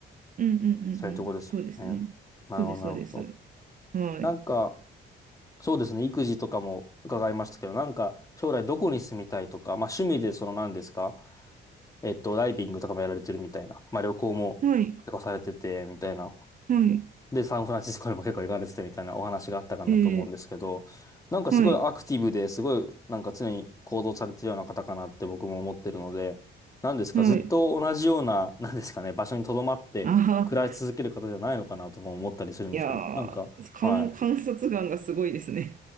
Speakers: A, on the right; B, on the left.
A: うんうんうんうん。
B: そういうとこですもんね。
A: そうですね。
B: なるほど、
A: そうです、
B: なるほど。
A: そうです。はい。
B: なんか、そうですね。育児とかも伺いましたけど、なんか、将来どこに住みたいとか、まあ、趣味でその何ですかえっと、ダイビングとかもやられてるみたいな。まあ、旅行も結構されてて、
A: はい。
B: みたいな。
A: はい。
B: で、サンフランシスコにも結構行かれててみたいなお話があったかなと思うんですけど、
A: え
B: なんかすごいアクティブですごいなんか常に行動されてるような方かなって僕も思ってるので、
A: ー、はい。
B: なんですか、
A: はい。
B: ずっと同じような、<laughs> なんですかね、場所に留まって暮らし続ける方じゃないのかなとも思ったりするんですけど、
A: ああ、いやー、
B: なんか、
A: 観、
B: は
A: 観察眼がすごいですね。